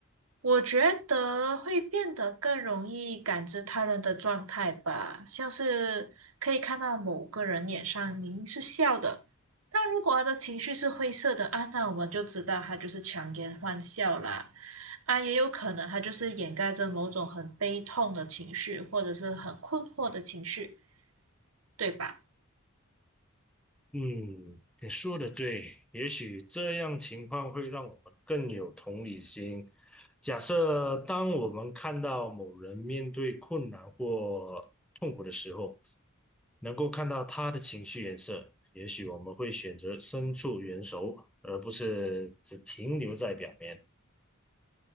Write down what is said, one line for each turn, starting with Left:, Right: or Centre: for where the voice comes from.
Right: 我觉得会变得更容易感知他人的状态吧，像是可以看到某个人脸上明明是笑的，但如果他的情绪是灰色的啊，那我们就知道他就是强颜欢笑啦。啊，也有可能他就是掩盖着某种很悲痛的情绪，或者是很困惑的情绪，对吧？
Centre: 嗯，你说的对，也许这样情况会让我们更有同理心。假设当我们看到某人面对困难或痛苦的时候，能够看到他的情绪颜色，也许我们会选择伸出援手，而不是只停留在表面。